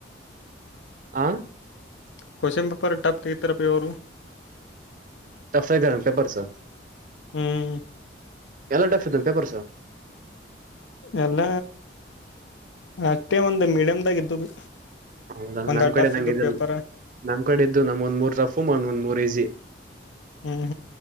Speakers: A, on the right; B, on the left.
A: ಆ.
B: ಕ್ವೆಶ್ಚನ್ ಪೇಪರ್ ಟಫ್ <unintelligible> ಅವರು.
A: <unintelligible> ಇದ್ದಾರೆ ಪೇಪರ್ಸ್.
B: ಹ್ಮ್.
A: ಎಲ್ಲಾ <unintelligible> ಪೇಪರ್ಸ್.
B: ಎಲ್ಲ ಅಷ್ಟೇ ಒಂದು ಮೀಡಿಯಮ್ದಾಗಿದ್ದು ಬಿ.
A: ಹೌದಾ
B: ಒಂದ್
A: ನಮ್ ಕಡೆ
B: ಟಫ್
A: ನಂಗ
B: ಇದ್ದು
A: ಇದ
B: ಪೇಪರ್
A: ನಮ್ ಕಡೆ ಇದ್ದು ನಮ್ ಒಂದ್ ಮೂರ್ ಟಫು ಒಂದ್ ಮೂರ್ ಈಸಿ.
B: ಹ್ಮ.